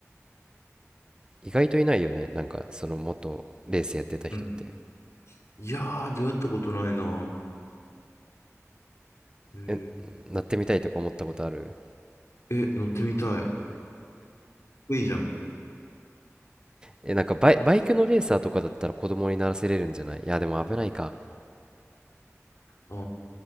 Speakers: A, on the right (about 15°); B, on the left (about 65°).
A: 意外といないよねなんかその元レースやってた人って
B: うん。いやー、出会ったことないな。へえ、
A: えなってみたいとか思ったことある
B: え、乗ってみたい。いいじゃん。
A: えなんかバイ、バイクのレーサーとかだったら子供にならせれるんじゃないいやでも危ないか
B: あ